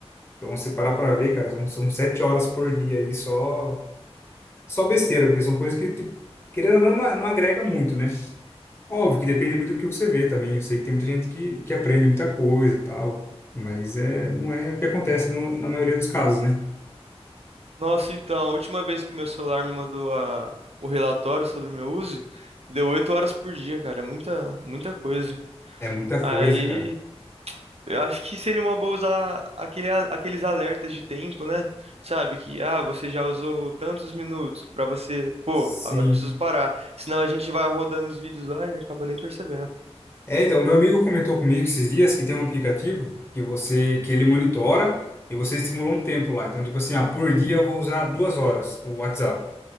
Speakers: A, on the left (about 20°); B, on the right (about 70°).
A: Então você parar para ver, cara, são, são sete horas por dia aí só só besteira, porque são coisas que tipo, querendo ou não, não a- não agrega muito, né? Óbvio que depende muito do que você vê também. Eu sei que tem muita gente que, que aprende muita coisa, e tal, mas é não é o que acontece no- na maioria dos casos, né?
B: Nossa, então, a última vez que meu celular me mandou a, o relatório sobre o meu uso, deu oito horas por dia, cara. É muita, muita coisa.
A: É muita
B: Aí
A: coisa, cara.
B: eu acho que seria uma boa usar aquele, a- aqueles alertas de tempo, né? Sabe? Que, ah, você já usou tantos minutos pra você, pô,
A: Sim.
B: agora eu preciso parar. Senão a gente vai rodando os vídeos lá e acaba nem percebendo.
A: É, então, meu amigo comentou comigo esses dias que tem um aplicativo que você que ele monitora e você estimula um tempo lá. Então, tipo assim, ah, por dia eu vou usar duas horas o WhatsApp.